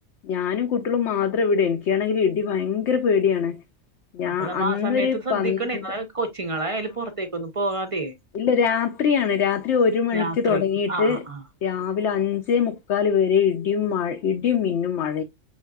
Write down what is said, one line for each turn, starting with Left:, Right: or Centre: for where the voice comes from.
Left: ഞാനും കുട്ടികളും മാത്രം ഇവിടെ എനിക്കാണെങ്കില് ഇടി ഭയങ്കര പേടിയാണ് ഞാ
Right: അപ്പൊ നമ്മ
Left: അന്നൊരു
Right: ആ സമയത്ത് ശ്രദ്ധിക്കണേ
Left: പന്ത്
Right: ങ്ങളെ കൊച്ചിങ്ങളേ അതില്
Left: ആഹ്
Right: പുറത്തേക്കൊന്നും പോകാതെ
Left: ഇല്ല രാത്രിയാണ് രാത്രി ഒരു മണിക്ക്
Right: രാത്രി
Left: തുടങ്ങിയിട്ട്
Right: ആ ആ ആ
Left: രാ രാവിലെ അഞ്ചേ മുക്കാൽ വരെ ഇടിയും മ ഇടിയും മിന്നും മഴ